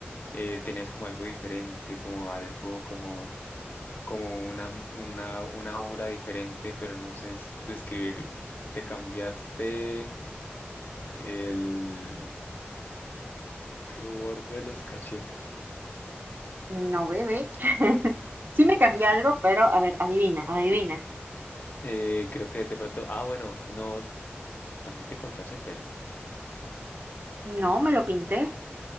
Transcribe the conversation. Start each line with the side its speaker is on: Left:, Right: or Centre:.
Left: Eh, tenías como algo diferente, como algo, como, como una, una, una aura diferente, pero no sé es- describir. Te cambiaste el rubor de los cachetes.
Right: No, bebé. <laughs> Sí me cambié algo, pero a ver, adivina, adivina.
Left: Eh, creo que de pronto, ah, bueno, no, también te cortaste el pelo.
Right: No, me lo pinté.